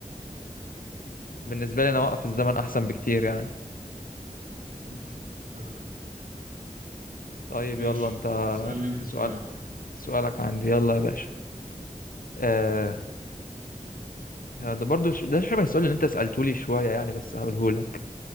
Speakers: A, on the left; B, on the right.
A: بالنسبة لي أنا أوقف الزمن أحسن بكتير يعني
B: مم، تمام
A: طيب
B: ماشي
A: يلا أنت
B: سألني انت
A: سؤال
B: سؤال
A: سؤالك عندي يلا يا باشا أه ده برضو ش- ده شبه السؤال اللي أنت سألته لي شوية يعني بس هقوله لك